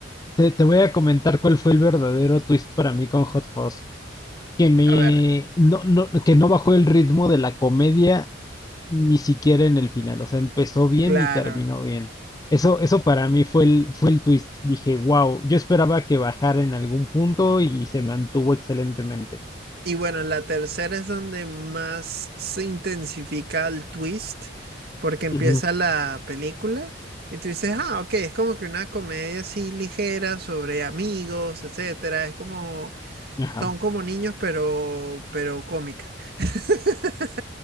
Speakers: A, on the left; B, on the right.
A: te, te voy a comentar cuál fue el verdadero twist para mí con Hot Fuzz. Que me
B: A ver,
A: no, no, que no bajó el ritmo de la comedia ni siquiera en el final. O sea, empezó bien
B: claro.
A: y terminó bien. Eso, eso para mí fue el, fue el twist. Dije, wow, yo esperaba que bajara en algún punto y se mantuvo excelentemente.
B: Y bueno, la tercera es donde más se intensifica el twist, porque empieza
A: Ujú.
B: la película y tú dices, ah, ok, es como que una comedia así ligera sobre amigos, etcétera. Es como,
A: Ajá.
B: son como niños, pero, pero cómica. <laughs>